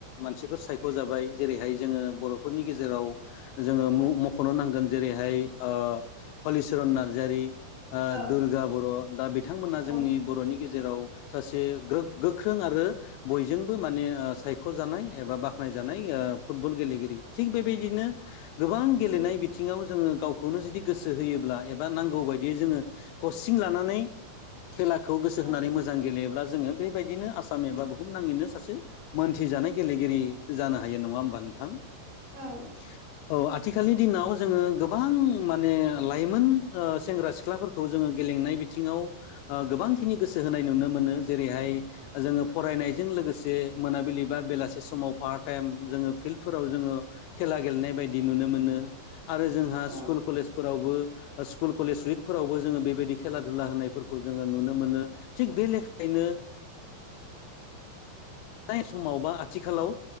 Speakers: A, on the left; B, on the right.
A: मानसिफोर सायख' जाबाय जेरैहाय जोङो बर'फोरनि गेजेराव जोङो मु-मख'नो
B: औ
A: नांगोन जेरैहाय ओ हलिचरन नार्जारि ओ
B: औ
A: दुर्गा बर' दा बिथांमोना जोंनि
B: औ
A: बर'नि गे जेराव सासे ग्रो-गोख्रों आरो बयजोंबो माने ओ सायख'जानाय एबा बाख्नाय जानाय ओ फुटबल गेलेगिरि थिग बेबायदिनो गोबां
B: उम
A: गेलेनाय बिथिङाव जोङो गावखौनो जुदि गोसो होयोब्ला एबा नांगौ बायदियै जोङो कचिं लानानै खेलाखौ गोसो
B: औ
A: होनानै मोजां गेलेयोब्ला जोङो बेबायदिनो आसाम एबा बुहुम नाङैनो सासे मोनथिजानाय गेलेगिरि जानो हायो नङा होमबा नोंथां <inaudible>
B: औ
A: औ आथिखालनि दिनाव जोङो गोबां माने लाइमोन ओ सेंग्रा सिख्लाफोरखौ जोङो गे लेंनाय बिथिङाव ओ गोबांखिनि गोसो होनाय नुनो मोनो जेरैहाय जोङो फरायनायजों लो गोसे मोनाबिलि बा बेलासे समाव पार्ट टाइम जोङो फिल्डफोराव जोङो खेला गेलेनाय बाय दि नुनो मोनो आरो जोंहा
B: औ
A: स्कुल कलेजफोरावबो स्कुल कलेज उइकफोरावबो जोङो बेबायदि खेला धुला होनायफोरखौ जोङो नुनो मोनो थिग बे लेखायैनो। <inaudible> फ्राय समाव बा आथिखालाव